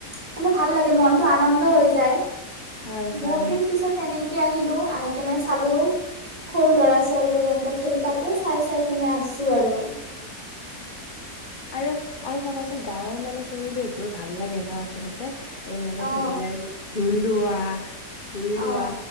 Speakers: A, on the right (about 20°); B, on the left (about 40°).
A: মানে ভাল লাগে মনটো আনন্দ হৈ যা যাই
B: হয়
A: বহুত
B: হয়
A: দিন পিছত তেনেকে আহিলো আহি কেনে চালো, সৰু ল'ৰাছ চৰি বো এনকে খেলি তাকে চাই-চাই কেনে আছো আৰু।
B: আৰু, আৰু চাবাচোন গাঁওৰ মানে পৰিবেশ বোৰ ভাল লাগে ন আচলতে এই মানে
A: অ
B: ধৰিলা ইবু- ভুই ৰোৱা, ৰুই
A: অ
B: ৰোৱা